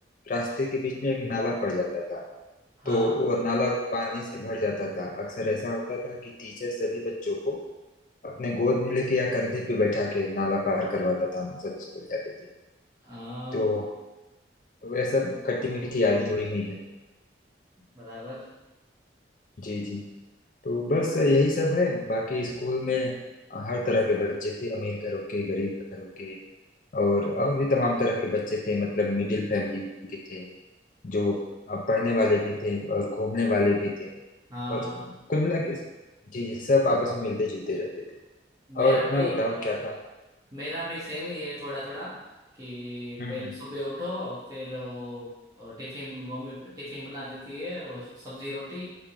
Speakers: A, on the left; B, on the right.
A: रास्ते के बीच में एक नाला पड़ जाता था
B: हाँ
A: तो वो नाला पानी से भर जाता था अक्सर ऐसा होता था कि टीचर सभी बच्चों को अपने गोद में लेके या कंधे पे बैठा के नाला पार करवाता था हम सब स्कूल जाते थे
B: हाँ
A: तो वह सब खट्टी मीठी यादें जुड़ी हुई हैं
B: बराबर
A: जी जी तो बस यही सब है बाकी स्कूल में हर तरह के बच्चे थे अमीर घरों के गरीब घरों के और और भी तमाम तरह के बच्चे थे मतलब मिडिल फैमिली के थे जो अ, पढ़ने वाले भी थे और घूमने वाले भी थे
B: हाँ
A: और कुल मिला के जी जी सब आपस में मिलते जुलते रहते थे
B: मेरा
A: और अपना
B: भी
A: बताओ क्या था
B: मेरा भी सेम ही है थोड़ा थोड़ा कि
A: हम्म
B: पहले
A: हम्म
B: सुबह उठो फिर वो अ, टिफिन मम्मी टिफिन बना देती है और सब्जी रोटी